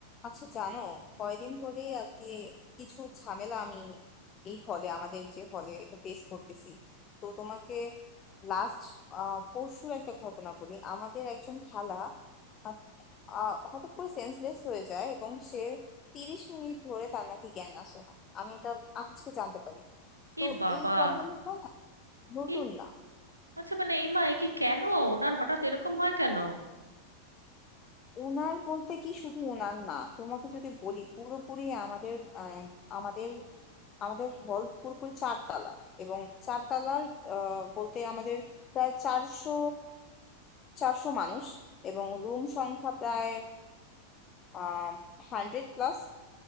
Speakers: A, on the left (about 25°); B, on the right (about 80°).
A: আচ্ছা জানো কয়দিন ধরেই আর কি কিছু ঝামেলা আমি এই হলে আমাদের যে হলে এটা ফেস করতেছি তো তোমাকে লাস্ট পরশুর একটা ঘটনা বলি আমাদের একজন খালা আহ, আহ, হঠাৎ করে সেন্সলেস হয়ে যায় এবং সে তিরিশ মিনিট ধরে তার নাকি জ্ঞান আসে না আমি এটা আজকে জানতে পারি তো
B: এ বাবা
A: এই প্রবলেমগুলো নতুন
B: এ
A: না
B: আচ্ছা মানে এমা এ কি কেন ওনার হঠাৎ এরকম হয় কেন
A: ওনার বলতে কি শুধু ওনার না তোমাকে যদি বলি পুরোপুরি আমাদের মানে আমাদের আমাদের হল পুরোপুরি চারতলা এবং চারতলার আহ, বলতে আমাদের প্রায় চারশো চারশো মানুষ এবং রুম সংখ্যা প্রায় আহ হান্ড্রেড প্লাস